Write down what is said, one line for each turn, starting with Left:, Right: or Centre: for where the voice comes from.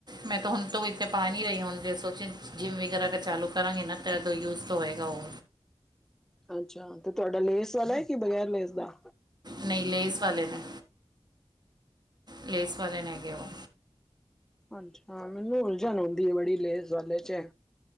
Right: ਮੈਂ ਤਾਂ ਹੁਣ ਤ <inaudible> ਇੱਥੇ ਪਾ ਨਹੀਂ ਰਹੀ ਹੁਣ ਜੇ ਸੋਚਿਆ ਜਿੰਮ ਵਗੈਰਾ ਤੇ ਚਾਲੂ ਕਰਾਂਗੀ ਨਾ ਤਦੋਂ ਯੂਜ ਤੋਂ ਹੋਏਗਾ ਉਹ।
Centre: ਅੱਛਾ ਤੇ ਤੁਹਾਡਾ ਲੇਸ ਵਾਲਾ ਹੈ ਕਿ ਬਗੈਰ ਲੇਸ ਦਾ?
Right: ਨਹੀਂ ਲੇਸ ਵਾਲੇ ਨੇ। ਲੇਸ ਵਾਲੇ ਨੇ ਹੈਗੇ ਉਹ।
Centre: ਅੱਛਾ, ਮੈਨੂੰ ਉਲਝਣ ਹੁੰਦੀ ਹੈ ਬੜੀ ਲੇਸ ਵਾਲੇ ਚ।